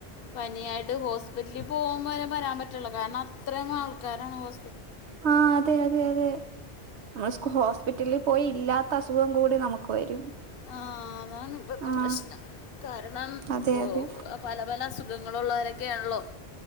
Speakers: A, on the left; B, on the right.
A: പനിയാ ട്ടത് ഹോസ്പിറ്വരാൻ പറ്റൊള്ളൂ കാരണം അത്രയും ആൾക്കാരാണ് ഹോ
B: ആ അതെ അതെ അതെ നമ്മൾ ഹോസ്പിറ്റലി പോയി ഇല്ലാത്ത അസുഖം കൂടി നമുക്ക് വരും
A: ആ അതാണ് ഇപ്പത്തെ
B: ആ
A: പ്രശ്നം കാരണം
B: അതെ
A: വോ
B: അതെ
A: പല പല അസുഖങ്ങളുള്ളവര ക്കെയിള്ളൂ